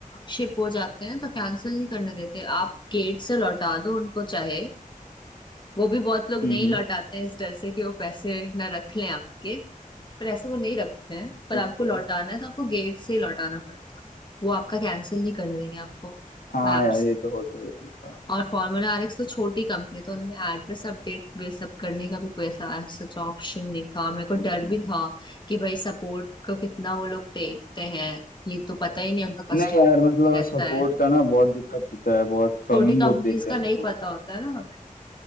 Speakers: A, on the left; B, on the left.
A: शिप हो जाते हैं तो कैंसिल नहीं करने देते आप गेट से लौटा दो उनको चाहे वो भी बहुत लोग
B: हम्म
A: नहीं
B: हम्म
A: लौटाते हैं इस डर से कि वो पैसे ना रख लें आपके पर ऐसे वो नहीं रखते हैं पर
B: ओके
A: आपको लौटाना है तो आपको गेट से ही लौटाना पड़ेगा वो आपका कैंसिल नहीं करने देंगे आपको
B: हाँ
A: ऐप
B: यार
A: से
B: ये तो होता है ये तो होता है
A: और फार्मूला आरएक्स तो छोटी कंपनी है, तो उनमें एड्रेस अपडेट वे सब करने का भी कोई ऐसा सच ऑप्शन नहीं था और मेरे को डर भी था कि भाई सपोर्ट को कितना वो लोग देखते हैं ये तो पता ही नहीं उनका कस्टमर
B: नहीं यार मतलब
A: कैसा
B: सपोर्ट
A: है
B: का ना बहुत दिक्कत होता है बहुत कम
A: छोटी
B: ही
A: कंपनीज
B: लोग देखते हैं
A: का
B: सपोर्ट
A: नहीं पता
B: तो
A: होता है ना हमें